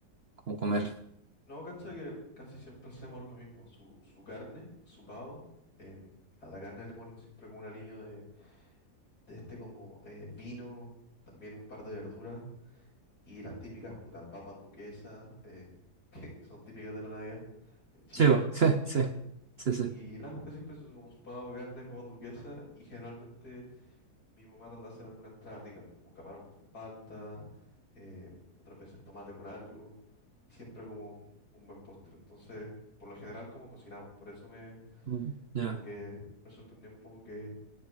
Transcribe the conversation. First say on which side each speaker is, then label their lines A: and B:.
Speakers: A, on the right; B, on the left.
A: como comer?
B: No, cacha que casi siempre hacemos lo mismo. Su, su carne, su pavo. em, a la carne le ponen siempre como un aliño de, de este como eh, vino, también un par de verduras y las típicas putas papas duquesas, eh, <laughs> que que son típicas de la Navidad en Chile.
A: Sí, bo, <laughs> sí,
B: Sí.
A: sí, sí, sí.
B: Y nada, casi siempre eso es como su pavo, carne, papas duquesas y generalmente mi mamá trata de hacer alguna entrada rica, como camarón con palta, eh, otras veces tomate con algo, y siempre como un, un buen postre. Entonces, por lo general, como cocinamos. Por eso me,
A: Mm, ya.
B: como que me sorprendió un poco que,